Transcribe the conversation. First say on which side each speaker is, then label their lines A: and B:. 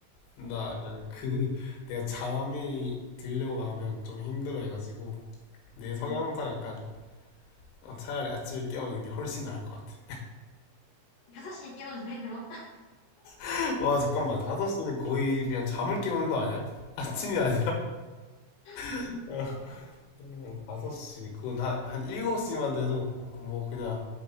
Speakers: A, on the left (about 80°); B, on the left (about 50°).
A: 나 약간 그, <laughs> 내가 잠이 들려고 하면 좀 힘들어 해가지고, 내
B: 응.
A: 성향상 약간, 어, 차라리 아침에 깨우는 게 훨씬 나을 것 같아.
B: 5시에 깨워도 돼, 그럼?
A: <laughs> 와, 잠깐만. 5시는 거의 그냥 잠을 깨우는 거 아니야? 아침이 아니라?
B: <laughs>
A: <laughs> 어, 음, 5시. 그건 한, 한 7시만 돼도, 뭐, 그냥,